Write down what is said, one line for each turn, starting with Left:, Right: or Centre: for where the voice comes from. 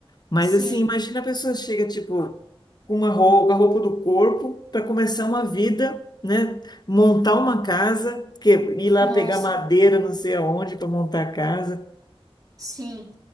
Left: Mas
Right: sim,
Left: assim, imagina a pessoa chega, tipo, com uma roupa, a roupa do corpo, para começar uma vida, né? Montar uma casa, que, ir lá
Right: nossa,
Left: pegar madeira, não sei aonde, para montar a casa.
Right: sim.